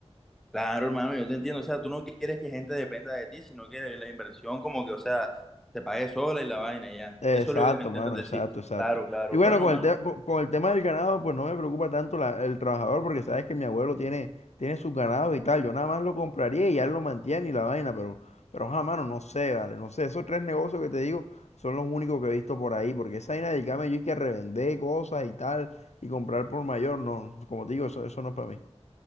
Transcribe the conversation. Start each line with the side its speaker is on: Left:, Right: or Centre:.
Centre: Claro, hermano, yo te entiendo. O sea, tú no quieres que gente dependa de ti, sino que la inversión como que, o sea, se pague sola y la vaina, ya.
Left: Exacto,
Centre: Eso es lo que me intentan
Left: mano,
Centre: decir.
Left: exacto, exacto.
Centre: Claro, claro.
Left: Y bueno,
Centre: Bueno,
Left: con
Centre: mano.
Left: el, te- con, con el tema del ganado, pues no me preocupa tanto la- el trabajador, porque sabes que mi abuelo tiene, tiene sus ganados y tal. Yo nada más lo compraría y él lo mantiene y la vaina, pero, pero ajá, mano, no sé, vale, no sé. Esos tres negocios que te digo son los únicos que he visto por ahí, porque esa vaina del camello y que revender cosas y tal y comprar por mayor, no, como te digo, eso, eso no es para mí.